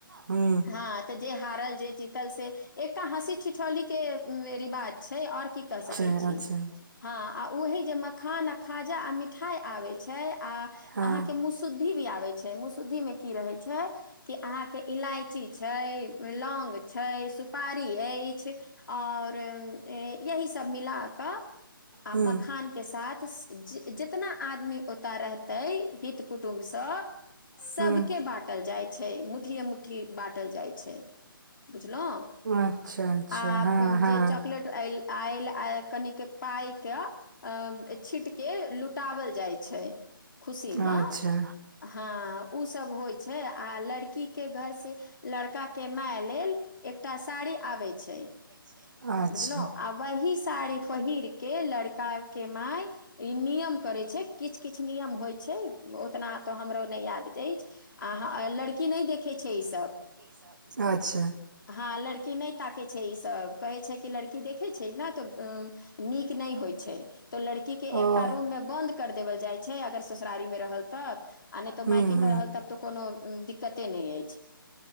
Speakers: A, on the right; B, on the left.
A: हूंम्म
B: हँ तऽ जे हारल जे जीतल से एकटा हँसी ठिठौली के रिवाज छै और की कह
A: अच्छे
B: सकै छी
A: अच्छे
B: हँ आ ओही जे मखान आ खाजा आ मिठाई आबे छै आ
A: हँ
B: अहाँके मुस शुद्धि भी आबै छै मुसुद्धि मे की रहै छै कि आहाँके इलायची छै लौग छै सुपारी अछि आओर यही सब मिला कऽ आ
A: हूँ
B: मखान के साथ जितना आदमी ओतय रहतै हित कुटुम्ब सभ सबके
A: हूँ
B: बाँटल जाइ छै मुठ्ठीये मुट्ठी बाँटल जाइ छै बुझलौ
A: अच्छा अच्छा
B: आ
A: हँ हँ
B: जे चॉकलेट आयल आयल आ कनिक पाय के अ छीट के लुटावल जाइ छै, खुशी मे
A: अच्छा
B: हँ ओसब होइत छै आ लड़की के घर से लड़का के माय लेल एकटा साड़ी आबै छै।
A: छै
B: बुझलो आ वही साड़ी पहिर के लड़का के माय ई नियम करे छै किछ किछ नियम होइ छै ओतना तऽ हमरो नहि याद अछि आ लड़की नहि देखै छै ईसभ,
A: सब अच्छा
B: हँ लड़की नहि ताकै छै ईसभ कहै छै कि लड़की देखै छै ने तऽ उ नीक नहि होइ छै तऽ लड़की के एकटा
A: ओ
B: रूममे बन्द कर देबल जाइ छै अगर ससुरारी मे रहल तऽ आ ने
A: हूँ
B: मायके
A: हूँ
B: मे रहल तब तऽ कोनो दि दिक्कते नहि अछि